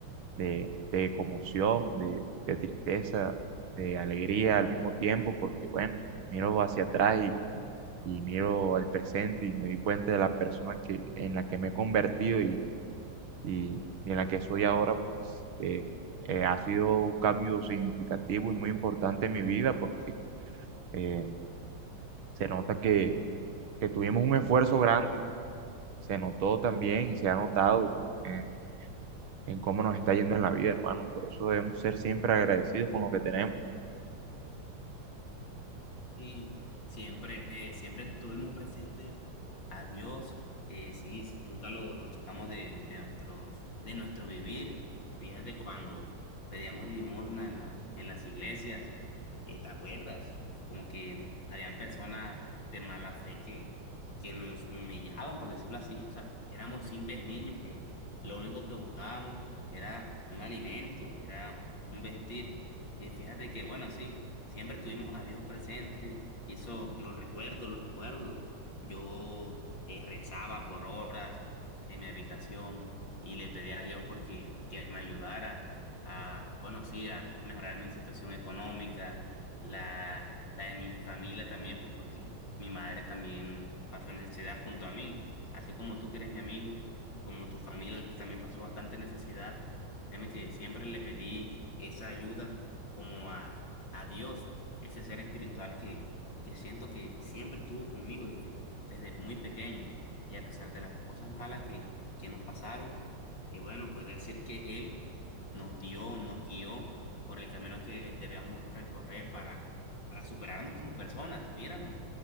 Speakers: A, on the right; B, on the left.
A: de, de conmoción, de, de tristeza, de alegría al mismo tiempo, porque bueno, miro hacia atrás y, y miro el presente y me di cuenta de la persona que, en la que me he convertido y y, y en la que soy ahora, pues eh, eh, ha sido un cambio significativo y muy importante en mi vida porque eh, se nota que, que tuvimos un esfuerzo grande, se notó también y se ha notado en, en cómo nos está yendo en la vida, hermano. Por eso debemos ser siempre agradecidos con lo que tenemos.
B: Sí, siempre, eh, siempre estuvimos presentes a Dios, eh, sí, s- nunca lo, lo sacamos de, de nuestros, de nuestro vivir. Fíjate cuando pedíamos limosna en la, en las iglesias, eh, ¿te acuerdas? Como que habían personas de mala fe que, que nos humillaban, por decirlo así. O sea, éramos simples niños que lo único que buscábamos era un alimento, era un vestir. Y fíjate que, bueno, sí. Siempre tuvimos a Dios presente y eso lo recuerdo, lo recuerdo. Yo eh, rezaba por horas en mi habitación y le pedía a Dios pues que, que me ayudara a, bueno, sí, a mejorar mi situación económica, la, la de mi familia también, pues porque mi madre también pasó necesidad junto a mí, así como tú que eres mi amigo, como tu familia también pasó bastante necesidad. Créeme que siempre le pedí esa ayuda como a a Dios, ese ser espiritual que, que siento que siempre estuvo conmigo desde, desde muy pequeño. Y a pesar de las cosas malas que, que nos pasaron, eh, bueno, podría decir que Él nos dio, nos guió por el camino que debíamos recorrer para, para superarnos como personas. Míranos,